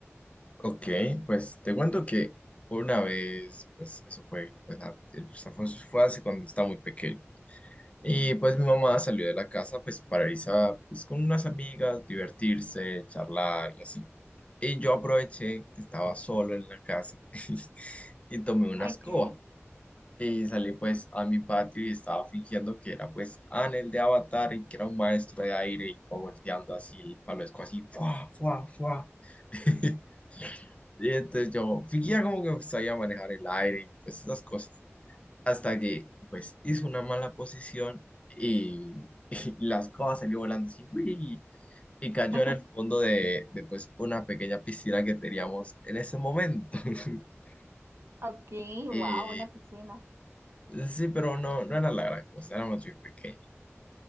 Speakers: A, on the left; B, on the right.
A: Ok, pues te cuento que una vez, pues eso fue, pues, a- o sea, fue, fue hace cuando estaba muy pequeño. Y pues mi mamá salió de la casa pues para irse a, pues, con unas amigas, divertirse, charlar y así. Y yo aproveché que estaba solo en la casa <laughs> y tomé una
B: Okay.
A: escoba. Y salí pues a mi patio y estaba fingiendo que era pues Anel de Avatar y que era un maestro de aire y iba volteando así el palesco así, ¡fua, fua, fua! <laughs> Y entonces yo fingía como que sabía manejar el aire y pues esas cosas. Hasta que pues hice una mala posición y, <laughs> y la escoba salió volando así, ¡uy! Y cayó
B: <laughs>
A: en el fondo de, de pues una pequeña piscina que teníamos en ese momento. <laughs>
B: Okay,
A: Y,
B: wow, una piscina.
A: sí, pero no, no era la gran cosa, éramos muy pequeños.